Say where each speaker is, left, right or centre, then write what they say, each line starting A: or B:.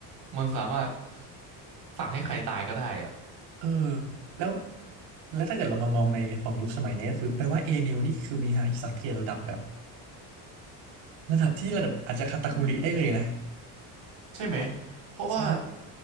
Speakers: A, on the right; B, on the right.
A: มันสามารถสั่งให้ใครตายก็ได้อะ
B: เออแล้วแล้วถ้าเกิดเรามามองในของยุคสมัยนี้ก็คือแปลว่าเอนิวนี่คือมีหาสังเกตระดับแบบระดับที่ระดับอาจจะคาตาคุริได้เลยนะ
A: ใช่ไหมเพราะว่า
B: ใช่